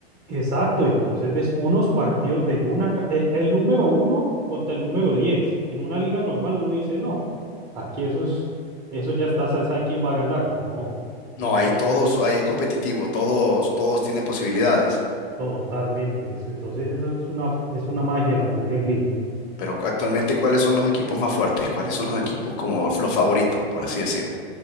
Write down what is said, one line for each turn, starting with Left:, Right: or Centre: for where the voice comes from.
Right: exacto, entonces ves unos partidos de una, ca- el, el número uno contra el número diez. En una liga normal uno dice, no, aquí eso es, eso ya está, se sabe quién va a ganar. No,
Left: No,
Right: en la
Left: ahí
Right: Premier
Left: todos,
Right: League,
Left: ahí es competitivo, todos, todos tienen posibilidades.
Right: totalmente. eso- Entonces eso es una, es una magia de la Premier League.
Left: Pero cu- actualmente, ¿cuáles son los equipos más fuertes? ¿Cuáles son los equipos como los favoritos, por así decirlo?